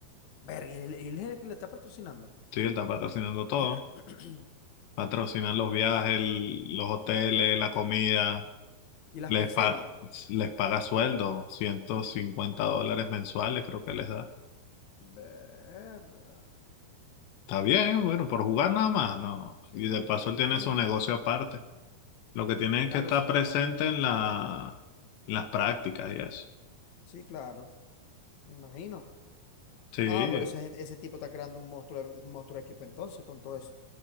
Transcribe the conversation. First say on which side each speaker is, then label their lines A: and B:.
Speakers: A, on the left (about 50°); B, on the left (about 85°).
A: Ver, y él, él es el que le está patrocinando.
B: Sí, él está patrocinando todo,
A: <clears throat>
B: patrocinan los viajes, el- los hoteles, la comida,
A: Y las
B: les,
A: PC
B: pa-
A: no.
B: les paga sueldo, 150 dólares mensuales creo que les da.
A: Verga.
B: Está bien, bueno, por jugar nada más, no.
A: Sí,
B: Y
A: está
B: de paso él
A: bien.
B: tiene su negocio aparte. Lo que tiene es
A: Claro,
B: que estar
A: sí.
B: presente en la, en las prácticas y eso.
A: Sí, claro. Me imagino.
B: Sí,
A: Ah, pero ese, ese tipo está creando un monstruo, un monstruo de equipo entonces con todo eso.